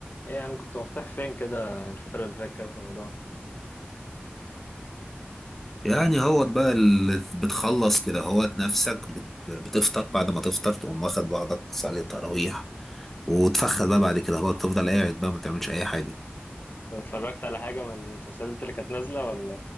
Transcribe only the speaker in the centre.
يعني هو بقى اللي بتخلص كده هوت نفسك بت- بتفطر بعد ما تفطر تقوم واخد بعضك صلي التراويح وتفخد
بقى بعد كده هو تفضل قاعد بقى ما تعملش اي حاجه